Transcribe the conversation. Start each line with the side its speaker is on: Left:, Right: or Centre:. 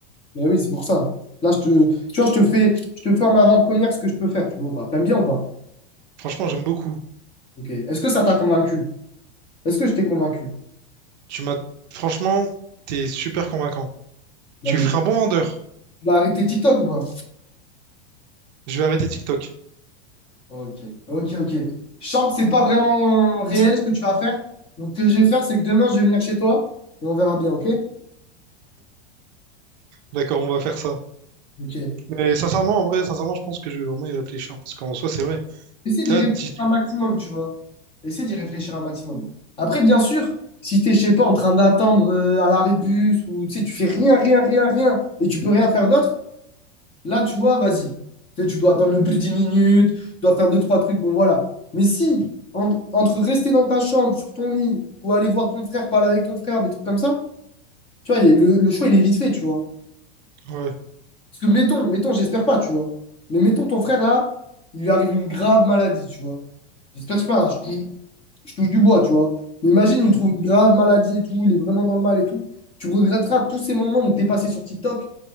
Left: Ben oui, c'est pour ça. Là, je te, tu vois, je te fais, je te fais en avant-première ce que je peux faire, tu vois ou pas. T'aimes bien ou pas?
Right: Franchement, j'aime beaucoup.
Left: Ok. Est-ce que ça t'a convaincu? Est-ce que je t'ai convaincu?
Right: Tu m'as, franchement, t'es super convaincant.
Left: Non,
Right: Tu
Left: mais
Right: ferais un bon vendeur.
Left: tu vas arrêter TikTok ou pas?
Right: Je vais arrêter TikTok.
Left: Ok, ok, ok. Je sens que c'est pas vraiment réel ce que tu vas faire. Donc, ce que je vais faire, c'est que demain, je vais venir chez toi et on verra bien, ok?
Right: D'accord, on va faire ça.
Left: Ok.
Right: Mais sincèrement, en vrai, sincèrement, je pense que je vais vraiment y réfléchir. Parce qu'en soi, c'est vrai.
Left: Essaie d'y
Right: là
Left: réfléchir
Right: dit...
Left: un maximum, tu vois. Essaie d'y réfléchir un maximum. Après, bien sûr, si t'es, je sais pas, en train d'attendre euh, à l'arrêt de bus ou tu sais, tu fais rien, rien, rien, rien et tu peux rien faire d'autre, là, tu vois, vas-y. Tu sais, tu dois attendre le plus de 10 minutes, tu dois faire deux, trois trucs, bon, voilà. Mais si, en- entre rester dans ta chambre, sur ton lit ou aller voir ton frère, parler avec ton frère, des trucs comme ça, Tu vois, il- le, le choix, il est vite fait, tu vois.
Right: ouais.
Left: Parce que mettons, mettons, j'espère pas, tu vois. Mais mettons, ton frère, là, il lui arrive une grave maladie, tu vois. J'espère pas, je touche, je touche du bois, tu vois. Mais imagine, il
Right: Mm.
Left: me trouve une grave maladie et tout, il est vraiment dans le mal et tout. Tu regretteras tous ces moments où t'es passé sur TikTok,